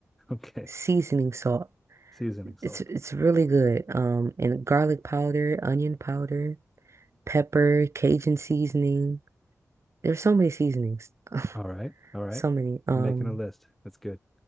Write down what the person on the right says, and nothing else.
seasoning salt.
It's it's really good. Um, and garlic powder, onion powder, pepper, Cajun seasoning. There's so many seasonings. <laughs>
So many. Um,